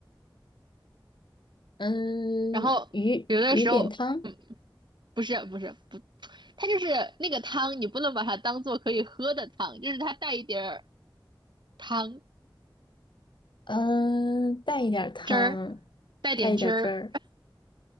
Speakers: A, on the left; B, on the right.
A: 嗯，
B: 然后有的时候，
A: 鱼鱼饼汤，
B: 嗯，不是不是不，它就是那个汤，你不能把它当做可以喝的汤，就是它带一点儿汤
A: 嗯，带一点儿汤，
B: 汁儿，带点汁儿。
A: 带一点儿汁儿。